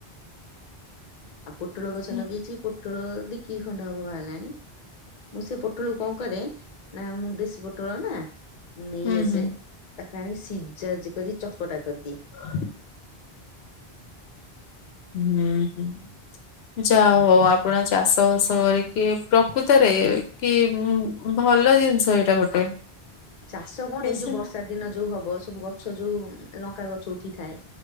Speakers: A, on the left (about 45°); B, on the left (about 80°).
A: ଆଉ ପୋଟଳ ଗଛ
B: ହୁଁ
A: ଲଗେଇଛି ପୋଟଳ ଦିକିଲି ଖଣ୍ଡ ହବ ବାହାରିଲାଣି ମୁଁ ସେ ପୋଟଳକୁ କଣ କରେ ନା ମୁଁ ଦେଶୀ ପୋଟଳ ନା ମୁଁ ନେଇ
B: ହୁଁ
A: ଆସେ
B: ହୁଁ।
A: ତାକୁ ଆଣିିକ ସିଝା ଜି କରି ଚକଟା କରିଦିଏ।
B: ହ। ହୁଁ ହୁଁ। ସେ ଯାହା ହଉ ଆପଣ ଚାଷ ବାସ କରିକି ପ୍ରକୃତରେ କି ଉୁଁ ଭଲ ଜିନିଷ ଏଇଟା ଗୋଟେ।
A: ଚାଷ କଣ
B: ବେଶୀ
A: ଏଇ ଯୋଉ ବର୍ଷା
B: ହୁଁ
A: ଦିନ ଯୋଉ ହବ ସବୁ ଗଛ ଯୋଉ ଲଙ୍କା ଗଛ ଉଠିଥାଏ